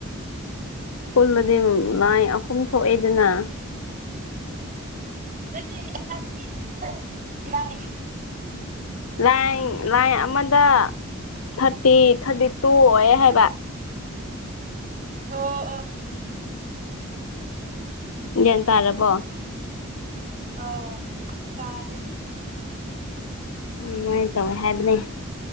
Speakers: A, on the left; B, on the right.
A: ꯄꯨꯜꯗꯗꯤ ꯂꯥꯏ ꯑꯍꯨꯝ ꯊꯣꯛꯑꯦꯗꯅ
B: ꯅꯠꯇꯦ ꯑꯩꯅ ꯍꯥꯏꯕꯗꯤ ꯂꯥꯏ
A: ꯂꯥꯏ ꯂꯥꯏ ꯑꯃꯗ ꯊꯥꯔꯇꯤ ꯊꯥꯔꯇꯤ ꯇꯨ ꯑꯣꯏ ꯍꯥꯏꯕ
B: ꯑꯣ ꯑꯣ
A: ꯒ꯭ꯌꯥꯟ ꯇꯥꯔꯕꯣ
B: ꯑꯣ ꯇꯥꯔꯦ
A: ꯑꯗꯨꯃꯥꯏꯅ ꯇꯧꯋꯦ ꯍꯥꯏꯕꯅꯤ